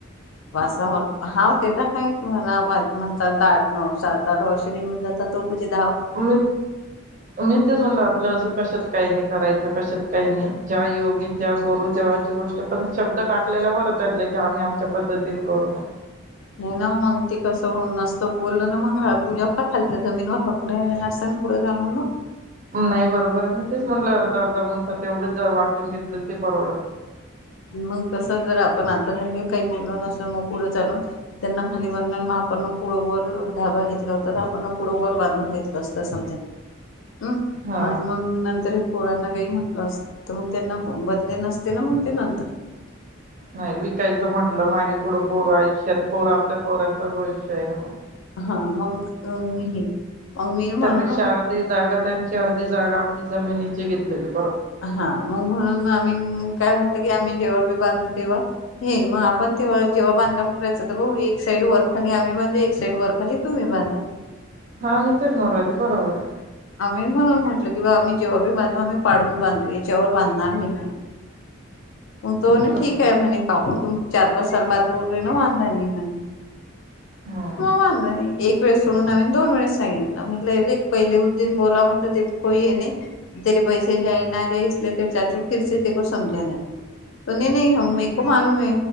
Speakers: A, on the left (about 75°); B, on the right (about 40°).
A: वासा हा ते तर काय म्हणताता आठ नऊ सात आठ वर्ष निघून जात तो पूजेत.
B: मी मी तेच म्हणल आपलं अजून कशात काही - करायच कशात काही नाही, जेव्हा योगीन तेव्हा करू तेव्हाची गोष्ट पण शब्द टाकलेला बरतलं की आम्ही आमच्या पद्धतीन करू मग.
A: नाही ना मग ती कसं नसतं बोललं ना मग रा <unintelligible> जे आपल्या खालच्या जमीिनवर हक नाही रा नसतना पुढे झाल ना.
B: नाही बरोबर आहे मी तेच म्हटलं अर्धा-अर्धा गुंठात तेवढच वाटून घेतलेल ती परवडंल.
A: मग कस जर आपण आता त्यां काही बोललो नसल मग पुढं चालून त्यांना खाली बन मग आपण पुळं व धाबा घेतला होता आपण पुढं व बांधून घेतलं असत समजा. हम्
B: हा
A: आणि मग नंतर पोरांना काही म्हटलं, अस तर मग त्यांना बदले नसते ना, मग. ते नंतर.
B: नाही विकायचं म्हटलं मागे पुढं पोर आहे शेत पोर आपल्या पोरं भविष्य ये ना म.
A: हा मग हे मग मी
B: त्यापेक्ष
A: म्हणून
B: अर्धी जाग त्यांच्या ती जागा आपली जमीनी घेतलेले.
A: हा मग म्हणून आम्ही काय म्हटत की आम्ही जेव्हा बी बांधू तेव्हा हे मग आपण तेव्हा जेव्हा बांधकाम करायचं तर भाऊ एक साईड वर खाली आम्ही बांधू एक साईड वर खाली तुम्ही बांधा.
B: हा मी तेच म्हणून रायले, बरोबर आहे.
A: ी म्हून म्हटलं किं आम्ही जेव्हाी बांधू आम्ही पाडून बंदु चवरवर बंधणार मी. म
B: आहे
A: तो
B: बरोबर
A: ठीक आहे म्हणे काकू तुम. चार पाच साल बाद मोटरी न वाांधा नाही ह.
B: हम्म
A: म वा नाही एक? वेळस सोडून आम् दोन वेस सांगितलं म्हट एक पहिले उद् दि बोला म्हटलं ते कोई आहे नाही तरी पैसे जाय ना जसले तरी चाचू फिरचे तेक समजा ने आई. तो नाही नाही ह मक मालू मै